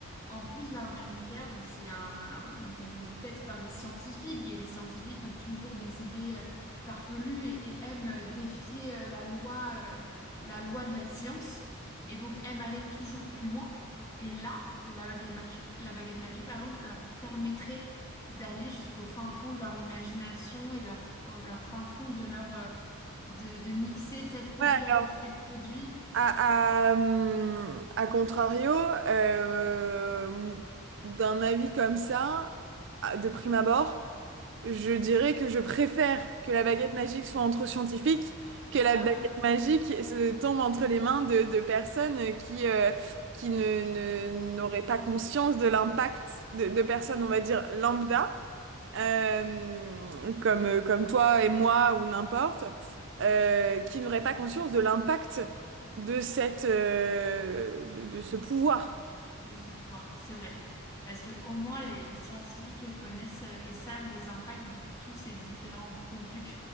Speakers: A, on the left (about 15°); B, on the right (about 55°).
A: en plus l'arme nucléaire, donc c'est un, donc elle est faite par des scientifiques et les scientifiques ont toujours des idées euh, farfelues et, et aiment euh, défier euh, la loi, euh, la loi de la science et donc aiment aller toujours plus loin. Et là, la baguette magique, la baguette magique, pardon, leur permettrait d'aller jusqu'au fin fond de leur imagination et leur, au- leur fin fond de leur euh, de, de mixer tel produit
B: Ouais.
A: avec
B: alors,
A: tel produit.
B: À, à, hum, à contrario, euh, d'un avis comme ça, à- de prime abord, je dirais que je préfère que la baguette magique soit entre scientifiques, que la
A: Ah
B: baguette
A: oui.
B: magique euh, se tombe entre les mains de, de personnes qui, euh, qui ne, ne- n'auraient pas conscience de l'impact de, de personnes, on va dire, lambda euh, comme, euh, comme toi et moi ou n'importe, euh, qui n'auraient pas conscience de l'impact de cette, euh, de, de ce pouvoir
A: de ce pouvoir. C'est vrai. Parce que au moins, les, les scientifiques connaissent euh, et savent les impacts de tous ces différents produits que,